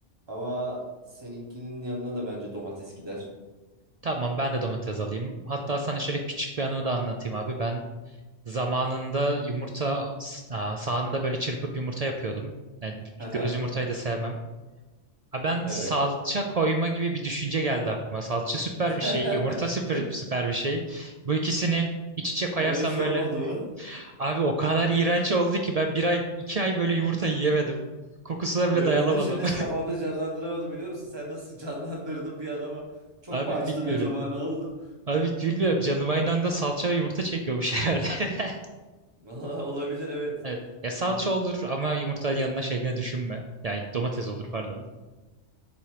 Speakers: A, on the right; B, on the right.
A: Ama seninkinin yanına da bence domates gider.
B: Tamam ben de domates alayım. Hatta sana şöyle küçük bir anımı da anlatayım abi. Ben Zamanında yumurta s- sahanda böyle çırpıp yumurta yapıyordum. Yani
A: Hı hı,
B: göz yumurtayı da sevmem. Ha ben
A: Evet.
B: salça koyma gibi bir düşünce geldi aklıma. Salça süper
A: <laughs>
B: bir şey, yumurta süper süper bir şey. Bu ikisini iç içe koyarsam
A: Ama hiç olmadı
B: böyle
A: mı?
B: abi o kadar iğrenç oldu ki ben bir ay iki ay böyle yumurta yiyemedim. Kokusuna bile
A: Ya
B: dayanamadım.
A: ben de şu an hiç kafamda canlandıramadım biliyor musun? Sen nasıl canlandırdın bir an ama
B: <laughs>
A: çok
B: Abi
A: mu açtın
B: bilmiyorum.
A: acaba ne oldu?
B: Abi bilmiyorum canım aynı anda salça ve yumurta çekiyormuş herhalde. <laughs>
A: <laughs> Olabilir evet.
B: Evet. Ya salça
A: Yani
B: olur ama yumurta yanına şeklinde düşünme. Yani domates olur pardon.